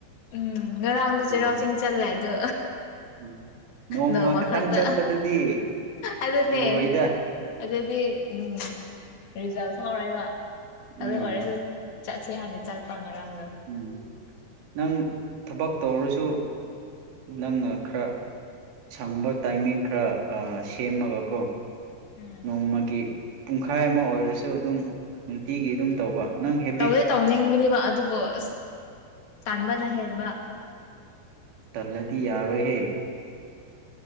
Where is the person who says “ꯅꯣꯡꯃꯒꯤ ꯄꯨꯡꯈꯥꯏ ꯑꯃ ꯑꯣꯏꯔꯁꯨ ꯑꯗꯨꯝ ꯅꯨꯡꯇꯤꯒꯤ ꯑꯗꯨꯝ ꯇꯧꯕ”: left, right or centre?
Right